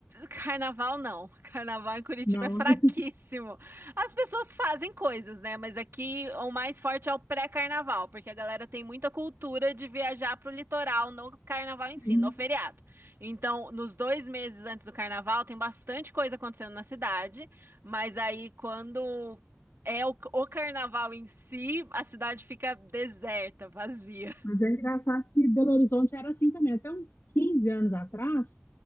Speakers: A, on the right; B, on the left.
A: carnaval não. Carnaval em Curitiba
B: Não,
A: é fraquíssimo.
B: não é
A: As pessoas fazem coisas, né? Mas aqui o mais forte é o pré-carnaval, porque a galera tem muita cultura de viajar pro litoral no carnaval em si,
B: assim.
A: no feriado. Então, nos dois meses antes do carnaval, tem bastante coisa acontecendo na cidade, mas aí quando é o, o carnaval em si, a cidade fica deserta, vazia.
B: Mas é engraçado que Belo Horizonte era assim também. Até uns 15 anos atrás,